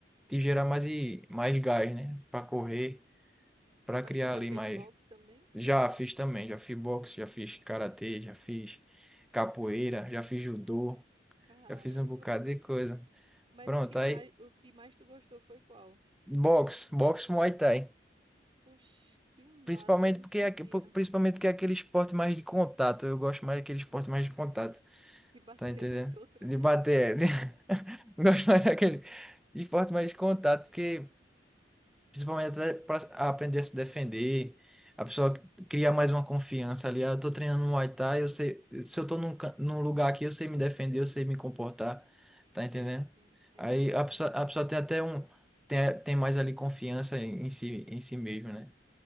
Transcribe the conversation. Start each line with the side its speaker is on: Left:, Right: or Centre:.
Centre: te gerar mais, e- mais gás, né? Para correr, para
Right: Mas
Centre: criar
Right: tu já
Centre: ali
Right: fez
Centre: mais.
Right: box também?
Centre: Já fiz também, já fiz boxe, já fiz karatê, já fiz capoeira, já fiz judô,
Right: Caramba.
Centre: já fiz um bocado de coisa.
Right: Mas
Centre: Pronto,
Right: o que
Centre: aí
Right: mais, o que mais tu gostou foi qual?
Centre: boxe, boxe Muay Thai.
Right: Oxe, que massa,
Centre: Principalmente
Right: eu não
Centre: porque
Right: sabia.
Centre: é, aque- principalmente que é aquele esporte mais de contato. Eu gosto mais daquele esporte mais de contato.
Right: De bater
Centre: Tá entendendo?
Right: <laughs> nos outros.
Centre: De bater. de- <laughs> Gosto mais daquele esporte mais de contato, porque principalmente até pra aprender a se defender,
Right: Sim,
Centre: a pessoa cria mais uma confiança ali. Ah, eu tô treinando Muay Thai, eu sei, se eu tô num, can- num lugar aqui, eu sei me defender, eu sei me comportar, tá
Right: sim,
Centre: entendendo?
Right: sim, é
Centre: Aí
Right: verdade.
Centre: a pessoa, a pessoa tem até um, tem, tem mais ali confiança em, em si, em si mesmo, né?